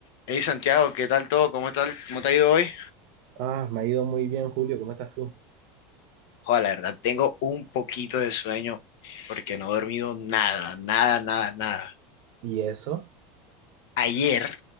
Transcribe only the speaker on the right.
Ah, me ha ido muy bien, Julio. ¿Cómo estás tú?
¿Y eso?